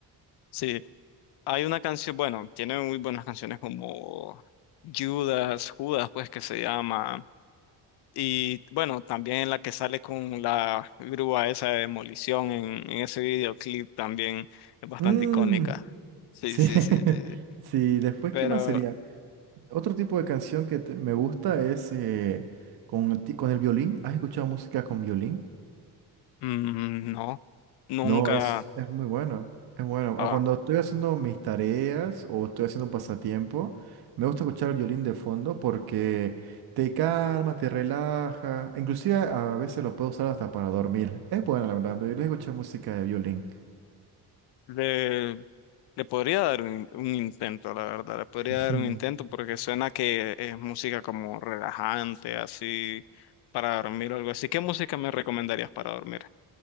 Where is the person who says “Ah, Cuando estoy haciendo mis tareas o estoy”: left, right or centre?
Right